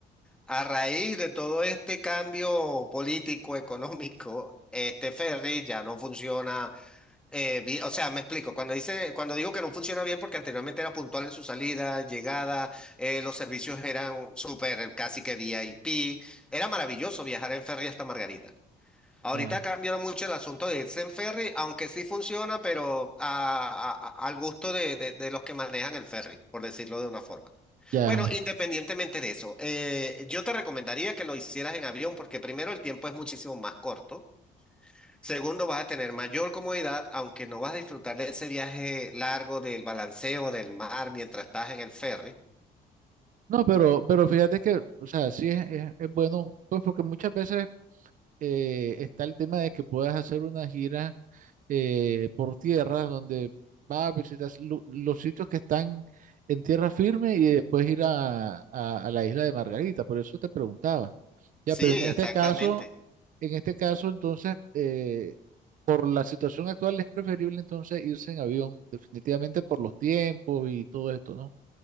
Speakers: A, in the centre; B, on the right.
A: a raíz de todo este cambio político, económico, este ferry ya no funciona. eh, bi- o sea, me explico. Cuando dice, cuando digo que no funciona bien, porque anteriormente era puntual en su salida, llegada, eh, los servicios eran súper, casi que VIP. Era maravilloso viajar en ferry hasta Margarita. Ahorita
B: Ya,
A: cambió mucho el asunto de irse en ferry, aunque sí funciona, pero a- a- a- al gusto de, de- de los que manejan el ferry, por decirlo de una forma.
B: ya.
A: Bueno, independientemente de eso, eh, yo te recomendaría que lo hicieras en avión porque primero el tiempo es muchísimo más corto. Segundo, vas a tener mayor comodidad, aunque no vas a disfrutar de ese viaje largo del balanceo del mar mientras estás en el ferry.
B: No, pero, pero fíjate que, o sea, sí es, es- es bueno, pues porque muchas veces eh, está el tema de que puedas hacer una gira eh, por tierra donde vas a visitar lu- los sitios que están en tierra firme y después ir a, a a la isla de Margarita. Por eso te preguntaba. Ya,
A: Sí,
B: pero en este
A: exactamente.
B: caso, en este caso, entonces, eh, por la situación actual es preferible entonces irse en avión, definitivamente por los tiempos y todo esto, ¿no?